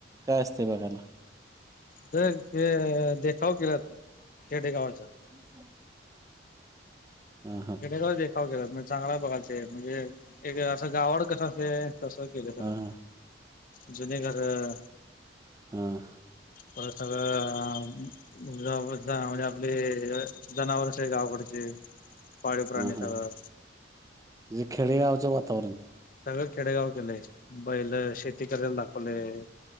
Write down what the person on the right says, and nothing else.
काय असते बघायला.
ह. ह हा.
हा हा
हां.
ह
हा ज खेळया आवच वाातवरण.